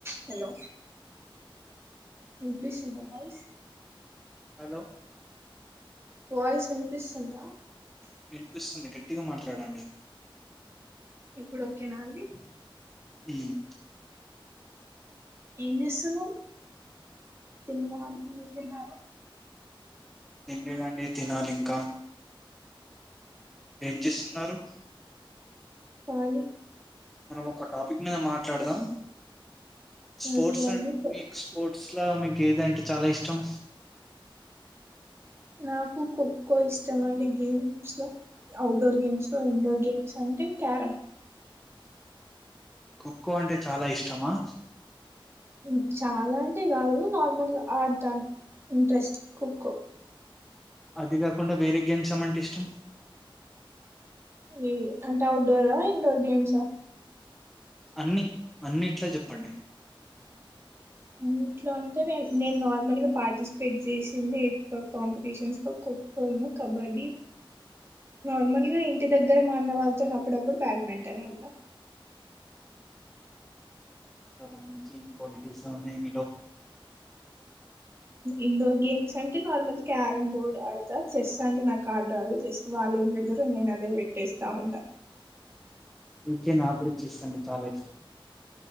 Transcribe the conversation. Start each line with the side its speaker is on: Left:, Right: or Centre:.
Right: Hello రంపిస్ంద వాయి
Centre: hello
Right: voice వినిపిస్తుందా
Centre: వినిపిస్తుంది గట్టిగా మాట్లాడండి
Right: ఇప్పుడు ఓకేనా అండి
Centre: మ్మ్
Right: ఏం చేస్తున్నావ్ తిన్నా మీరు తిన్నారా
Centre: తినలేదండీ తినాలి ఇంకా ఏం చేస్తున్నారు
Right: కాళీ
Centre: మనం ఒక టాపిక్ మీద మాట్లాడదాం స్పోర్ట్స్
Right: ఓకే అండి
Centre: అండ్ మెక్ స్పోర్ట్ ర్ట్స్లో మీకు ఏదాంటే చాలా ఇష్టం
Right: నాకు ఖోఖో ఇష్టం అండి గేమ్స్లో అఔట్డోర్ గేమ్స్లో ఇండోర్ గేమ్స్ అంటే క్యారమ్
Centre: ఖోఖో అంటే చాలా ఇష్టమా
Right: హమ్ చాలా అంటే కాదు నార్మల్గా ఆడతాను ఇంట్రెస్ట్ ఖోఖో
Centre: అది కాకుండా వేరే గేమ్స్ ఏమంటే ఇష్టం
Right: లేదు అంటే ఔట్డోరా ఇండోర్ గేమ్సా
Centre: అన్ని అన్నిట్లా చెప్పండి
Right: అన్నిట్లో అంటే నే నేను నార్మల్గా పార్టిసిపేట్ చేసింది ఎక్ కాంపిటీషన్స్ లో ఖోఖోను కబడ్డీ నార్మల్గా ఇంటి దగ్గర మాఅన్నా వాళ్ళతో అప్పుడప్పుడు బ్యాడ్మింటన్ ఆడతా
Centre: చాలా మంచి క్వాలిటీసే హ్ ఉన్నాయి మీలో
Right: ఇండోర్ గేమ్స్ అంటే నార్మల్ క్యారం బోర్డ్ ఆడత చెస్ అంటే నాకు ఆట రాదు జస్ట్ వాళ్ళు ఏం పేడతారో నేను అదే పెట్టేస్తా ఉంటా
Centre: అందుకే నా కూడా చెస్ అంటే చాలా ఇష్టం